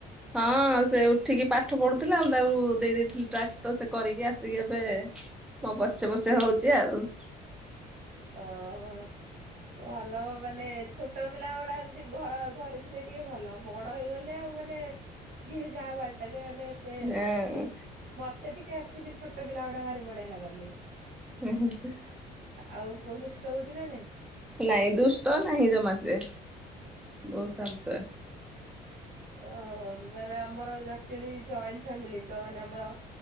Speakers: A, in the centre; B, on the right.
A: ହଁ, ସେ ଉଠିକି ପାଠ ପଢୁଥିଲା, ଆମେ ତାକୁ ଦେଇ ଦେଇଥିଲି ଟାସ୍କ ତ ସେ କରିକି ଆସିକି ଏବେ ମୋ ପଛେ ପଛେ ହଉଛି ଆଉ।
B: ଓହୋ। ଭଲ ମାନେ ଛୋଟ ପିଲାଗୁଡା ଏମତି ଘର ଘରେ ଥିଲେ ଟିକେ ଭଲ। ବଡ ହେଇଗଲେ ଆଉ ମାନେ ଯିଏ ଯାହା ବାଟରେ ମାନେ ସେ
A: ହଁ।
B: ମାନେ ମତେ ଟିକେ ଆକ୍ଚୁଆଲି ଛୋଟପିଲା ଗୁଡା ଭାରି ବଢିଆ ଲାଗନ୍ତି।
A: ହୁଁ-ହୁଁ-ହୁଁ।
B: ଆଉ ପୁଅ ଦୁଷ୍ଟ ହଉଛି ନା ନାଇଁ?
A: ନାଇଁ ଦୁଷ୍ଟ ନାହିଁ ଜମା ସିଏ, ବହୁତ ଶାନ୍ତ।
B: ଅହ ମାନେ ଆମର ଆକ୍ଚୁଆଲି ଜଏଣ୍ଟ ଫ୍ୟାମିଲି, ତ ମାନେ ଆମର